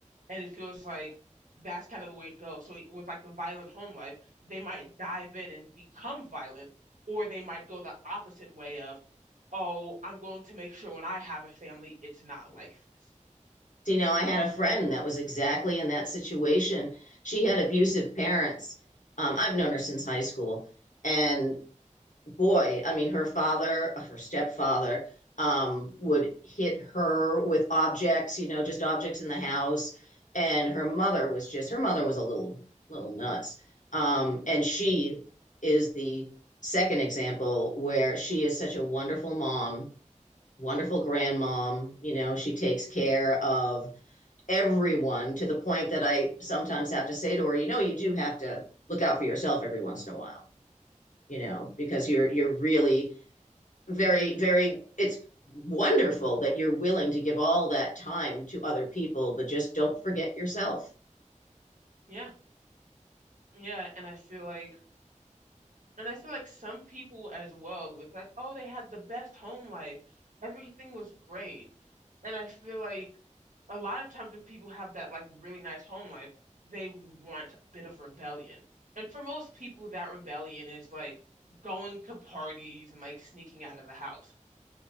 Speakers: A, on the right; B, on the left.
A: and it feels like that's kind of the way it goes. So e, with like the violent home life, they might dive in and become violent, or they might go the opposite way of, oh, I'm going to make sure when I have a family, it's not like this.
B: You know, I had a friend that was exactly in that situation. She had abusive parents. Um, I've known her since high school. And boy, I mean, her father, uh, her stepfather, um, would hit her with objects, you know, just objects in the house. And her mother was just, her mother was a little, little nuts. Um, and she is the second example where she is such a wonderful mom, wonderful grandmom. You know, she takes care of everyone to the point that I sometimes have to say to her, you know, you do have to look out for yourself every once in a while, you know, because you're you're really very very it's wonderful that you're willing to give all that time to other people, but just don't forget yourself.
A: Yeah, yeah, and I feel like, and I feel like some people as well with like, oh, they had the best home life, everything was great, and I feel like a lot of times when people have that like really nice home life, they want a bit of rebellion. And for most people, that rebellion is like going to parties and like sneaking out of the house.